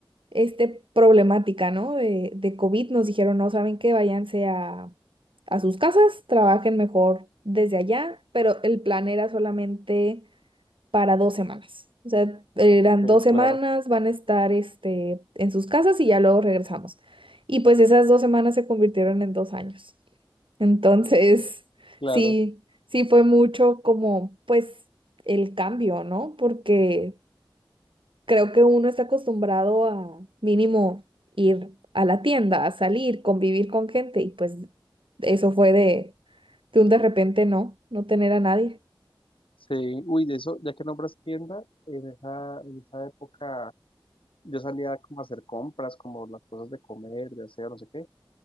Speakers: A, on the right; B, on the left.
A: este problemática, ¿no? De, de COVID nos dijeron, no, ¿saben qué? Váyanse a, a sus casas, trabajen mejor desde allá, pero el plan era solamente para dos semanas. O sea, eran
B: ok,
A: dos semanas,
B: claro,
A: van a estar este, en sus casas y ya luego regresamos. Y pues esas dos semanas se convirtieron en dos años. Entonces, <laughs>
B: claro.
A: sí, sí fue mucho como, pues, el cambio, ¿no? Porque creo que uno está acostumbrado a mínimo ir a la tienda, a salir, convivir con gente y pues eso fue de, de un de repente no, no tener a nadie.
B: Sí, uy, de eso, ya que nombras tienda, en esa, en esa época yo salía como a hacer compras, como las cosas de comer, de hacer, no sé qué.